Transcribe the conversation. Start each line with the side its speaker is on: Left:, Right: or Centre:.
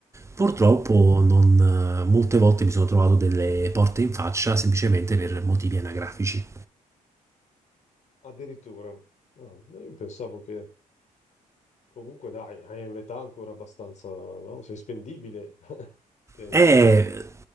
Right: Purtroppo
Left: Mhm.
Right: non, eh, molte volte mi sono trovato delle porte in faccia semplicemente per motivi anagrafici.
Left: Addirittura. Ah, ma io pensavo che comunque dai, hai un'età ancora abbastanza, no? Sei spendibile, <laughs> penso.
Right: Eh,